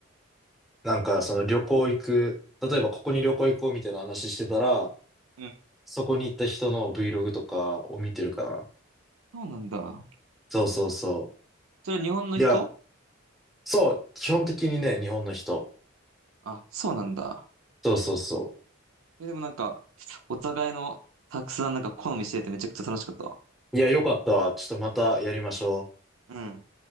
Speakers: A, in the centre; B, on the right (about 80°).
A: なんかその旅行行く、例えばここに旅行行こうみたいな話してたら、
B: うん。
A: そこに行った人の Vlog とかを見てるかな。
B: そうなんだ。
A: そうそうそ
B: それは日本の人
A: う。いや、そう、基本的にね、日本の人。
B: あ、そうなんだ。
A: そうそうそ
B: え、でもなんか、お互いのたくさんなんか好みしててめちゃくちゃ楽しかったわ。
A: う。いや、よかったわ。ちょっとまたやりましょう。
B: うん。